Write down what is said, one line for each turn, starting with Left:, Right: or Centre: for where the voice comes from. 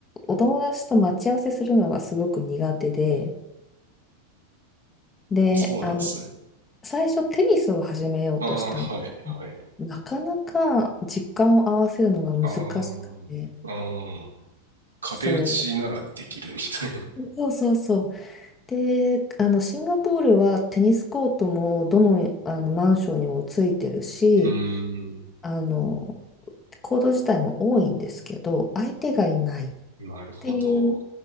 Left: お友達と待ち合わせするのがすごく苦手で、で、
Right: あ、そうなんですね。
Left: あの、最初テニスを始めようとしたんです。
Right: ああ、はい、はい。
Left: なかなか時間を合わせるのが難しくて、
Right: ああ、ああ、壁打ちならできるみたいな。
Left: そう、そうそうそう。で、あのシンガポールはテニスコートもどの、あのマンションにもついてるし、
Right: <laughs> うーん、
Left: あのコート自体も多いんですけど、相手がいないっ
Right: なるほど。
Left: ていう